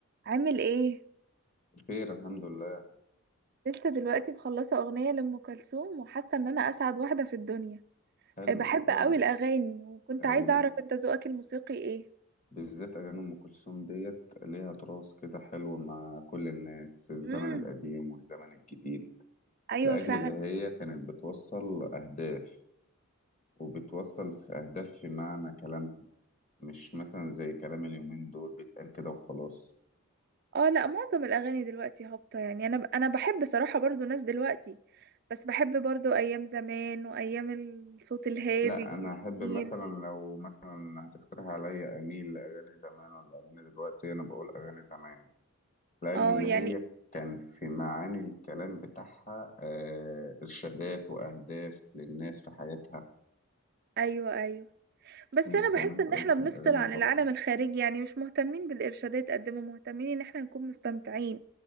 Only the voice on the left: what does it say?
بخير الحمد لله
حلو
حلو
أغنى.
بالذات أغاني أم كلثوم ديت ليها تراث كده حلو مع كل الناس الزمن
القديم والزمن الجديد
لأجل
اللي هي كانت بتوصل أهداف وبتوصل في أهداف في معنى كلامها مش مثلا زي كلام اليومين دول بيتقال كده وخلاص
لا أنا
أحب مثلا لو مثلا هتقترح عليا أميل لأغاني زمان ولا أغاني دلوقتي أنا بقول أغاني زمان الأجل
اللي
هي كان في معاني الكلام بتاعها آه، إرشادات وأهداف للناس في حياتها
مش
زي
ما أنت
قلت
الأغاني
الهابطة